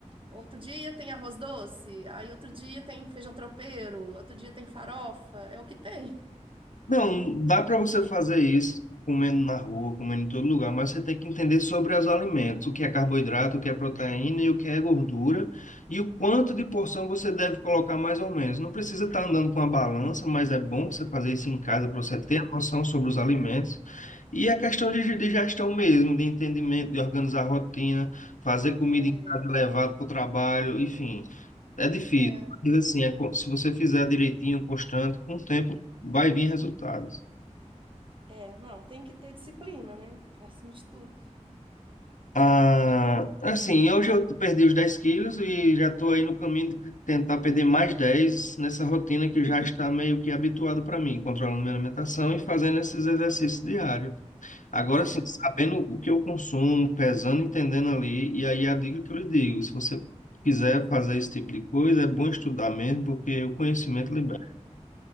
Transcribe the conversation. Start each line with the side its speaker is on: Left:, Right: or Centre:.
Right: Outro dia tem arroz doce, aí outro dia tem feijão tropeiro, outro dia tem farofa, é o que tem.
Left: não, dá para você fazer isso comendo na rua, comendo em todo lugar, mas você tem que entender sobre os alimentos, o que é carboidrato, o que é proteína e o que é gordura, e o quanto de porção você deve colocar mais ou menos. Não precisa estar andando com a balança, mas é bom você fazer isso em casa para você
Right: É.
Left: ter a noção sobre os alimentos. E a questão de, de gestão mesmo, de entendimento, de organizar a rotina, fazer comida
Right: É,
Left: em casa, levar para o trabalho, enfim. É difícil,
Right: é,
Left: mas assim, é co- se você fizer direitinho, constante, com o tempo vai vir resultados.
Right: é, não, tem que ter disciplina, né? Acima de tudo.
Left: Ah, assim, hoje eu perdi os 10 quilos e já estou aí no caminho de tentar perder mais 10 nessa rotina que
Right: Uhum.
Left: já está meio que habituada para mim, controlando minha alimentação e fazendo esses exercícios diários. Agora,
Right: Sim,
Left: assim, sabendo o que eu consumo, pesando, entendendo ali, e aí a dica que eu lhe digo, se você quiser fazer esse tipo de coisa, é bom estudar mesmo, porque o conhecimento libera.
Right: É.